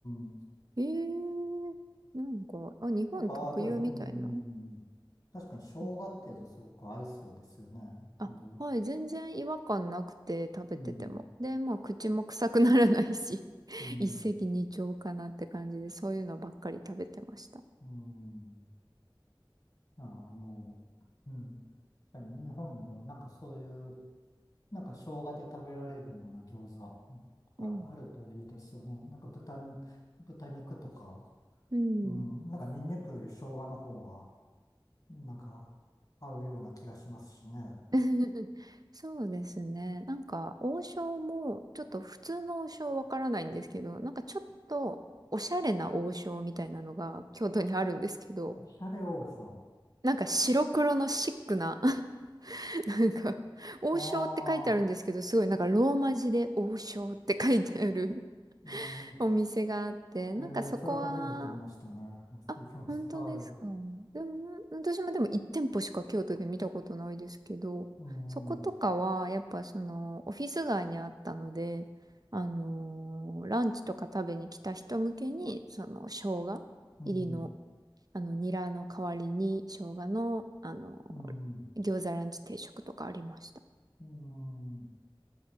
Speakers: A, on the left; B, on the right.
A: ん。
B: ええなんか、あ、日本特有みたいな。
A: なんか、あー、でも、うん。確かに生姜っていうのはすごく合いそうですよね。
B: うん。あ、
A: あれ。
B: はい、全然違和感なくて食べてても。
A: うん、
B: で、まあ、口も臭くならないし、<laughs>
A: うん、
B: 一石二鳥かなって感じで、そういうのばっかり食べてました。
A: うん。ああの、うん。確かに日本もなんかそういうなんか生姜で食べられるような餃子とかあるといいですよね。
B: うん。
A: なんか豚に、豚肉とか、
B: うん。
A: うん、なんかニンニクより生姜の方が、なんか合うような気がしますしね。
B: <laughs> そうですね。なんか、王将も、ちょっと普通の王将わからないんですけど、なんかちょっと、おしゃれな王将みたいなのが京都にあるんですけど、
A: おしゃれ王将。
B: なんか白黒のシックななんか、王将って書いてあるんですけど、
A: ああ、
B: すごいなんかローマ字で王将って書いてある <laughs>
A: 何、
B: お店があって、なんかそこは、
A: えーそれ初めて見ましたね。
B: あ、
A: 聞いてました。
B: 本当ですか。
A: はい。
B: でも、私もでも1店舗しか京都で見たことないですけど、
A: うん、
B: そことかは、
A: う
B: やっぱその、オフィス街にあったので、あのーランチとか食べに来た人向けに、その、生姜入りの、
A: ん、
B: あの、ニラの代わりに、生姜の、あのー餃子ランチ定食とかありました。
A: うん、うん。